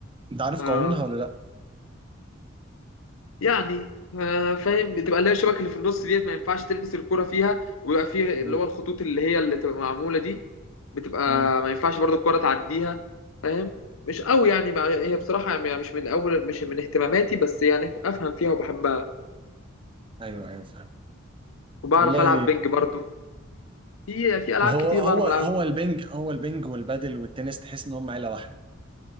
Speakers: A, on the right; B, on the left.
A: انت عارف
B: اه
A: قوانينها ولا لا
B: يعني آه، فاهم بتبقى اللي هي الشبكه اللي في النص ديت ما ينفعش تلمس الكرة فيها ويبقى فيه
A: مم.
B: اللي هو الخطوط اللي هي اللي تبقى معمولة دي بتبقى
A: مم.
B: ما ينفعش برضه الكرة تعديها فاهم مش قوي يعني بقى- هي بصراحة يعني مش من أول مش من اهتماماتي بس يعني أفهم فيها وبحبها
A: ايوه ايوه فاهم
B: وبعرف
A: والله
B: ألعب بينج برضه في في ألعاب
A: ما هو
B: كتير
A: هو
B: بعرف
A: هو
B: ألعبها
A: البنج هو البنج والبادل والتنس تحس ان هم عيلة واحدة